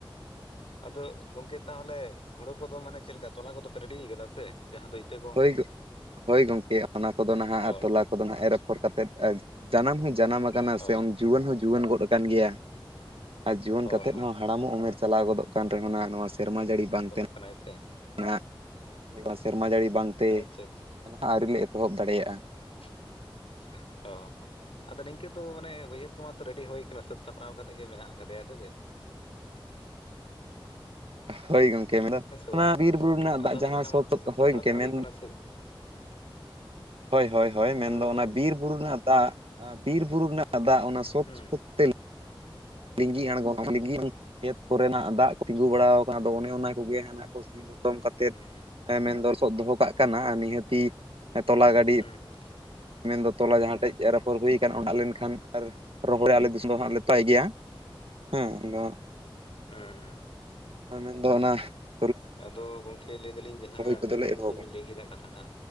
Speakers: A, on the left; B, on the right.
A: ᱟᱫᱚ ᱜᱚᱝᱠᱮ ᱛᱟᱦᱚᱞᱮ ᱦᱳᱹᱲᱳ ᱠᱚᱫᱚ ᱢᱟᱱᱮ ᱪᱮᱫᱠᱟ ᱛᱚᱞᱟ ᱠᱚᱫᱚ ᱯᱮ ᱨᱮᱰᱤ ᱟᱠᱟᱫᱟ ᱥᱮ? ᱡᱟᱦᱟᱸ ᱫᱚ ᱤᱛᱟᱹ ᱠᱚ
B: ᱦᱳᱹᱭ ᱜᱳ ᱦᱳᱹᱭ ᱜᱚᱢᱠᱮ ᱚᱱᱟ ᱠᱚᱫᱚ ᱱᱟᱦᱟᱜ
A: ᱚ
B: ᱟᱨ ᱛᱚᱞᱟ ᱠᱚᱫᱚ ᱱᱟᱜ ᱮᱨ ᱯᱚᱨ ᱛᱮᱫ ᱡᱟᱱᱟᱢ ᱦᱚᱸ ᱡᱟᱱᱟᱢ ᱟᱠᱟᱱᱟ
A: ᱚ
B: ᱥᱮ ᱡᱩᱣᱟᱹᱱ ᱦᱚᱸ ᱡᱩᱣᱟᱹᱱ ᱜᱚᱫ ᱟᱠᱟᱱ ᱜᱮᱸᱭᱟ, ᱟᱨ ᱡᱩᱣᱟᱹᱱ
A: ᱚ ᱚ
B: ᱠᱟ ᱠᱟᱛᱮᱫ ᱦᱚᱸ ᱦᱟᱲᱟᱢᱚᱜ ᱩᱢᱮᱨ ᱪᱟᱞᱟᱣ ᱜᱚᱫᱚᱜ ᱠᱟᱱ ᱨᱮᱦᱚᱸ ᱱᱚᱣᱟ ᱥᱮᱨᱢᱟ ᱡᱟᱹᱲᱤ ᱵᱟᱝ ᱛᱮ
A: ᱠᱟᱸᱱᱟᱭ ᱥᱮ
B: <unintelligible> ᱥᱮᱨᱢᱟ ᱡᱟᱹᱲᱤ ᱵᱟᱝᱛᱮ
A: ᱟᱪᱪᱷᱟ
B: ᱟᱹᱣᱨᱤ ᱞᱮ ᱮᱛᱚᱦᱚᱵ ᱫᱟᱲᱮᱭᱟᱜᱼᱟ ᱾
A: <unintelligible> ᱦᱮᱸ ᱚ, ᱟᱫᱚ ᱱᱤᱝᱠᱟᱹ ᱛᱚ ᱢᱟᱱᱮ ᱵᱟᱹᱭᱦᱟᱹᱲ ᱠᱚᱢᱟᱛᱚ ᱨᱮᱰᱤ ᱦᱚ ᱠᱟᱱᱟ ᱥᱟᱹᱛ ᱥᱟᱹᱯᱲᱟᱣ ᱠᱟᱛᱮᱜ ᱜᱮ ᱢᱮᱱᱟᱜ ᱟᱠᱟᱫᱮᱭᱟ ᱥᱮ ᱪᱮ ᱾ ᱦᱩ <unintelligible>
B: ᱦᱳᱹᱭ ᱜᱚᱢᱠᱮ ᱢᱮᱱ
A: ᱵᱟᱝ
B: ᱚᱱᱟ ᱵᱤᱨ ᱵᱩᱨᱩ ᱨᱮᱱᱟᱜ
A: ᱟᱫᱚ
B: ᱫᱟᱜ
A: ᱦᱟᱞᱠᱟ
B: ᱡᱟᱦᱟᱸ ᱥᱚ
A: ᱵᱷᱟᱵᱛᱮ ᱥᱟᱹᱛ ᱥᱟᱯᱲᱟᱣ
B: ᱦᱳᱹᱭ ᱜᱚᱢᱠᱮ ᱢᱮᱱ ᱾
A: <unintelligible>
B: ᱦᱳᱹᱭ ᱦᱳᱹᱭ ᱦᱳᱹᱭ ᱢᱮᱱᱫᱚ
A: ᱦᱮᱸ ᱢᱟ
B: ᱚᱱᱟ
A: ᱞᱟᱹᱭ ᱢᱮ
B: ᱵᱤᱨ ᱵᱩᱨᱩ ᱨᱮᱱᱟᱜ ᱫᱟᱜ, ᱵᱤᱨ ᱵᱩᱨᱩ ᱨᱮᱱᱟᱜ ᱫᱟᱜ ᱚᱱᱟ ᱥᱳᱫ
A: ᱦᱩᱸ
B: ᱥᱳᱫ ᱛᱮ ᱞᱤᱸᱜᱤ ᱟᱬᱜᱚᱱᱟᱢ ᱞᱤᱜ ᱠᱷᱮᱛ ᱠᱚᱨᱮᱱᱟᱜ ᱫᱟᱜ ᱠᱚ ᱛᱤᱸᱜᱩ ᱵᱟᱲᱟ ᱟᱠᱟᱱᱟ ᱟᱫᱚ ᱚᱱᱮ ᱚᱱᱟ ᱠᱚᱜᱮ ᱦᱟᱸᱜ, ᱠᱚ ᱥᱤ ᱞᱚᱴᱚᱢ ᱠᱟᱛᱮᱫ
A: ᱦᱩᱸ
B: ᱢᱮᱱ ᱞᱚᱥᱚᱫ ᱫᱚᱦᱚ ᱠᱟᱜ ᱠᱟᱱᱟ, ᱱᱤᱦᱟᱹᱛᱤ ᱛᱚᱞᱟ ᱜᱟᱹᱰᱤ
A: ᱦᱩᱸ ᱦᱩᱸ ᱦᱩᱸ
B: ᱢᱮᱱᱫᱚ ᱛᱚᱞᱟ ᱡᱟᱦᱟᱸ ᱴᱷᱮᱡ ᱮᱨ ᱟᱯᱷᱚᱲ ᱦᱩᱭᱚᱠ
A: ᱦᱩᱸ
B: ᱚᱲᱟᱜ ᱞᱮᱱᱠᱷᱟᱱ ᱟᱨ ᱨᱚᱦᱚᱲ ᱟᱞᱮ ᱫᱤᱥᱚᱢ ᱫᱚ ᱦᱟᱸᱜ ᱞᱮᱛᱟᱭ ᱜᱮᱭᱟ ᱾ ᱦᱮᱸ ᱟᱫᱚ
A: ᱦᱩᱸᱩ
B: ᱢᱮᱱ ᱫᱚ ᱚᱱᱟ ᱾
A: ᱟᱫᱳ ᱜᱚᱢᱠᱮ ᱞᱟᱹᱭ ᱮ ᱫᱟᱞᱤᱧ ᱡᱟᱦᱟᱸ
B: ᱠᱚᱫᱚᱞᱮ
A: ᱵᱤᱨᱵᱩᱨᱩ
B: ᱮᱦᱚᱵᱟ
A: ᱫᱚᱵᱤᱱ ᱞᱟᱹᱭ ᱠᱮᱫᱟ ᱠᱟᱛᱷᱟᱴᱟᱜ